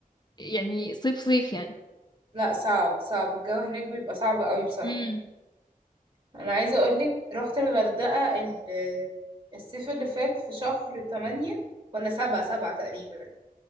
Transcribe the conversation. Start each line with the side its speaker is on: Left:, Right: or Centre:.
Left: يعني صيف صيف يعني
Right: لا صعب صعب الجو هناك بيبقى صعب قوي بصراحة
Left: امم
Right: انا عايزة اقولك رحت الغردقة ال- الصيف اللي فات في شهر تمانية ولا سبعة سبعة تقريبا